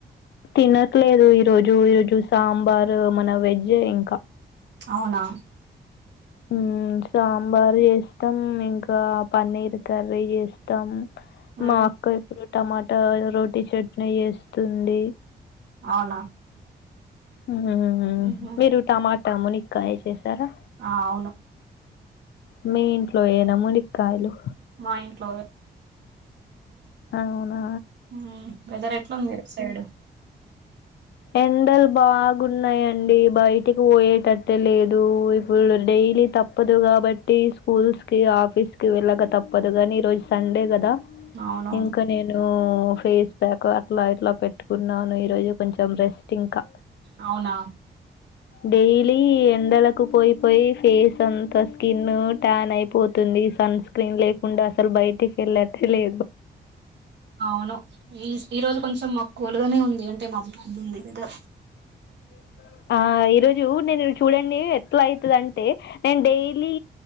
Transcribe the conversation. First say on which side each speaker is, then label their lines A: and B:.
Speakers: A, on the left (about 75°); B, on the right (about 75°).
A: తినట్లేదు ఈరోజు ఈరోజు సాంబార్ మన వెజే ఇంకా
B: అవునా
A: ఉమ్ సాంబార్ చేస్తాం ఇంకా పన్నీర్ కర్రీ చేస్తాం
B: ఉమ్,
A: మా అక్క ఇప్పుడు టమాటా రోటీ చట్నీ వేస్తుంది
B: అవునా
A: ఉమ్
B: ఉహు,
A: మీరు టమాటా మునిక్కయి చేసారా
B: ఆ అవును
A: మీ ఇంట్లో ఏనా మునిక్కయలు
B: మా ఇంట్లోవే
A: అవునా
B: ఉమ్ వెదర్ ఎట్లా ఉంది అట్ సైడు
A: ఎన్ డాలు బాగున్నాయండి బయటికి పోయేటట్టె లేదు ఇప్పుడు డైలీ తప్ప తప్పదు కాబట్టి స్కూల్స్ కి ఆఫీస్ కి వెళ్ళగా తప్పదు గానీ ఈ రోజు సండే గదా
B: అవునవును
A: ఇంకా నేను ఫేస్ ప్యాక్ అట్లా ఇట్లా పెట్టుకున్నాను ఈరోజు కొంచెం మొత్తం రెస్ట్ ఇంకా
B: అవునా
A: డైలీ ఎండలకు పోయిపోయి ఫేస్ అంత స్కిన్ టాన్ అయిపోతుంది సన్ స్క్రీన్ లేకుండా అసలు బయటికి వెళ్ళట్ట లేదు
B: అవును ఈ ఈరోజు కొంచెం మాకు కొలుగానే ఉంది అంటే మాబ బాబు ఉంది లేదా
A: <inaudible> ఆ ఈరోజు నేను చూడండి ఎట్లా అవుతుంది అంటే నేను డైలీ